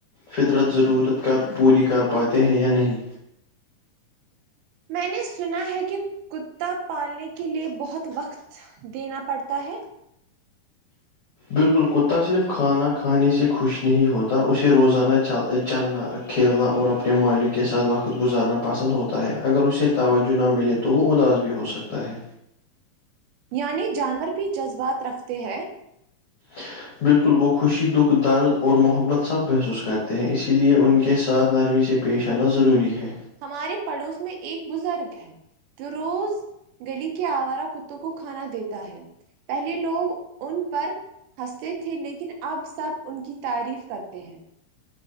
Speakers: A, on the left; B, on the right.
A: فطرت ضرورت کر پوری کر پاتے ہیں یا نہیں
B: میں نے سنا ہے کہ کتا پالنے کے لیے بہت وقت دینا پڑتا ہے
A: بالکل کتا صرف کھانا کھانے سے خوش نہیں ہوتا اسے روزانہ چ چلنا کھیلنا اور اپنے مالک کے ساتھ وقت گزارنا پسند ہوتا ہے اگر اسے توجہ نہ ملے تو تو وہ اداس بھی ہو سکتا ہے
B: یعنی جانور بھی جذبات رکھتے ہیں
A: <unintelligible> بالکل وہ خوشی دکھ درد اور محبت سب محسوس کرتے ہیں اسی لیے ان کے ساتھ نرمی سے پیش آنا ضروری ہے
B: ہمارے پڑوس میں ایک بزرگ ہے جو روز گلی کے آوارہ کتوں کو کھانا دیتا ہے پہلے لوگ ان پر ہنستے تھے لیکن اب سب ان کی تعریف کرتے ہیں